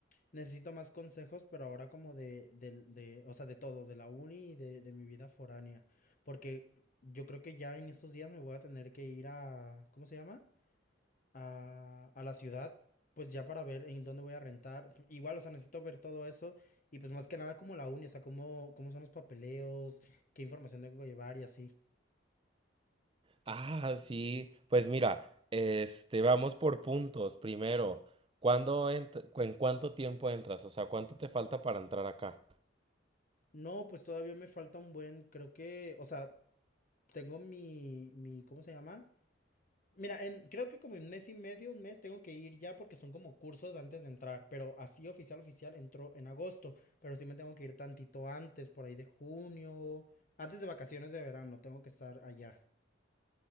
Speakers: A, on the left; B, on the right.
A: Necesito más consejos, pero ahora como de, del- de, o sea, de todo, de la uni y de, de mi vida foránea. Porque yo creo que ya en estos días me voy a tener que ir a, ¿cómo se llama? A, a la ciudad, pues ya para ver en dónde voy a rentar. Igual, o sea, necesito ver todo eso y pues más que nada como la uni, o sea, cómo, cómo son los papeleos, qué información tengo que llevar y así.
B: Ah, sí. Pues mira, este, vamos por puntos. Primero, ¿cuándo ent- cu- en cuánto tiempo entras? O sea, ¿cuánto te falta para entrar acá?
A: No, pues todavía me falta un buen, creo que, o sea, tengo mi, mi, ¿cómo se llama? Mira, en, creo que como en mes y medio, un mes, tengo que ir ya porque son como cursos antes de entrar, pero así oficial, oficial, entró en agosto, pero sí me tengo que ir tantito antes, por ahí de junio, antes de vacaciones de verano, tengo que estar allá.